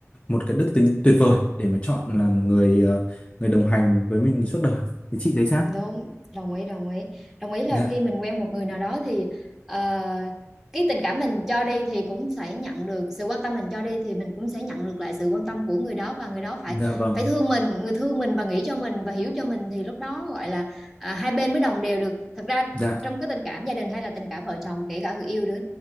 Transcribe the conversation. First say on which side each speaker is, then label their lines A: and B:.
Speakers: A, on the left; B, in the centre.
A: một cái đức tính tuyệt vời để mà chọn là một người ờ, người đồng hành với mình suốt đời thì chị thấy sao
B: đúng đồng ý đồng ý đồng ý là
A: dạ
B: khi mình quen một người nào đó thì ờ, cái tình cảm mình cho đi thì cũng sẽ nhận được sự quan tâm mình cho đi thì mình cũng sẽ nhận được lại sự quan tâm của người đó và người đó phải
A: dạ vâng
B: phải thương mình người thương mình và nghĩ cho mình và hiểu cho mình thì lúc đó gọi là à, hai bên mới đồng đều được thật ra
A: dạ
B: trong cái tình cảm gia đình hay là tình cảm vợ chồng kể cả người yêu đứa